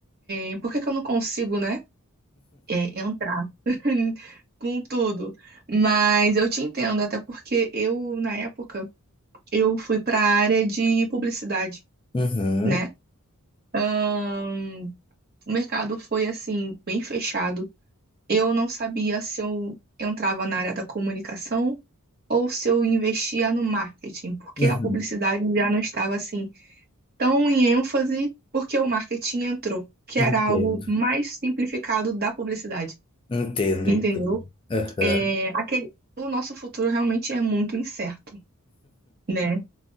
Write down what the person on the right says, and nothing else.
é, por que que eu não consigo, né, é, entrar <laughs> com tudo? Mas eu te entendo, até porque eu, na época, eu fui para a área de publicidade,
né?
Ahn, o mercado foi, assim, bem fechado. Eu não sabia se eu entrava na área da comunicação ou se eu investia no marketing, porque
a publicidade já não estava assim tão em ênfase, porque o marketing entrou, que
era algo mais simplificado da publicidade,
entendeu?
É, aquele, o nosso futuro realmente é muito incerto, né?